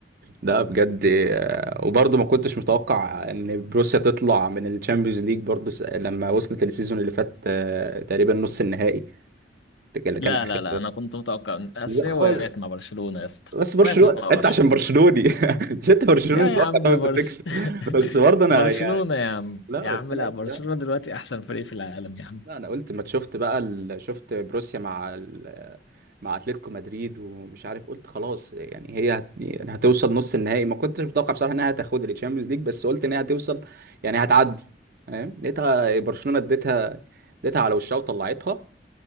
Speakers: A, on the right; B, on the left.
A: ده بجد آه، وبرضه ما كنتش متوقع ان بروسيا تطلع من الشامبيونز ليج برضه س- لما وصلت السيزون اللي فات آه، تقريبا نص النهائي اللي
B: لا
A: كان اخر
B: لا لا انا كنت متوقع ان اصل
A: لا
B: هي
A: خالص
B: وقعت مع برشلونة يا اسطى
A: بس برشلونه
B: وقعت مع
A: انت
B: برشلونة
A: عشان برشلوني <laughs> مش انت برشلوني
B: يا
A: متوقع
B: يا عم
A: طبعا
B: برش
A: انت تكسب
B: <laughs>
A: بس برضه انا
B: برشلونة
A: يعني
B: يا عم
A: لا
B: يا عم
A: بس انا
B: لا
A: قلت
B: برشلونة
A: لا
B: دلوقتي احسن فريق في العالم يا عم
A: لا انا قلت ما شفت بقى ال... شفت بروسيا مع ال... مع اتلتيكو مدريد ومش عارف قلت خلاص يعني هي هت... يعني هتوصل نص النهائي ما كنتش متوقع بصراحه انها هتاخد الشامبيونز ليج بس قلت انها هتوصل يعني هتعدي فاهم لقيتها برشلونه اديتها اديتها على وشها وطلعتها